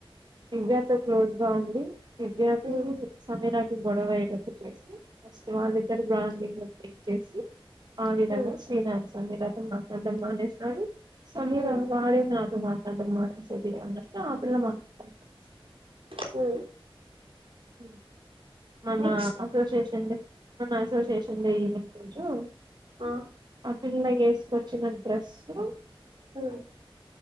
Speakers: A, on the right; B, on the right.
A: విద్యతో క్లోజ్‌గా ఉంది దివ్య
B: ఉమ్
A: కి సమీరా గొడవైటట్టు చేసి ఫస్ట్ వాళ్ళిద్దరూ బాండింగ్ బ్రేక్ చేసి all the
B: um
A: best Srinath's Sameera తొ మాట్లాడం మానేస్ సారీ సమీరా
B: ఉమ్
A: మారిన మాట్లాడం మానేసేది అన్నంత ఆ పిల్ల మాట్లాడం మంచ్
B: ఊ
A: హూ మన్న
B: నెక్స్ట్
A: అసోసియేషన్ దే మన్న అసోసియేషన్ దే ఈవెంట్ రోజు
B: అ
A: ఆ పిల్ల వేసుకొచ్చిన డ్రస్సు
B: హూ